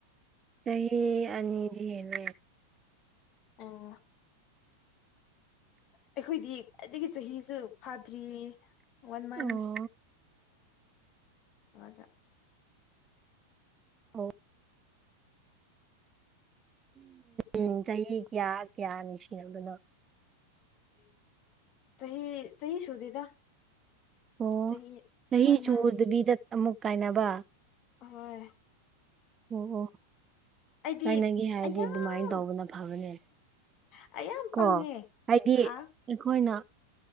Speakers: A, on the right; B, on the left.
A: ꯆꯍꯤꯍꯤ ꯑꯅꯤ ꯂ
B: ꯑꯣ ꯑꯩꯈꯣꯏꯗꯤ ꯈ꯭ꯋꯥꯏꯗꯒꯤ ꯆꯍꯤꯁꯨ ꯐꯥꯗ꯭ꯔꯤꯌꯦ ꯋꯥꯟ ꯃꯟꯁ
A: ꯑꯣ
B: ꯍꯒ
A: ꯑꯣ ꯎ ꯆꯍꯤ ꯀꯌꯥ ꯀꯌꯥꯅꯤ ꯁꯤꯅꯕꯅꯣ
B: <inaudible> ꯆꯍꯤ ꯆꯍꯤ ꯁꯨꯗꯦꯗ
A: ꯑꯣ
B: ꯆꯍꯤ
A: ꯆꯍꯤ
B: ꯋꯥꯟ
A: ꯆꯨꯗꯕꯤꯗ
B: ꯃꯟꯁ
A: ꯑꯃꯨꯛ ꯀꯥꯏꯅꯕ
B: ꯍꯣꯏ
A: ꯑꯣ ꯑꯣ
B: ꯑꯩꯗꯤ
A: ꯀꯥꯏꯅꯒꯦ ꯍꯥꯏꯔꯗꯤ
B: ꯑꯌꯥꯝ
A: ꯑꯗꯨꯃꯥꯏꯅ ꯇꯧꯕꯅ ꯐꯕꯅꯦ
B: ꯑꯌꯥꯝ
A: ꯀꯣ
B: ꯄꯪꯉꯦ
A: ꯍꯥꯏꯗꯤ
B: ꯍꯥ
A: ꯑꯩꯈꯣꯏꯅ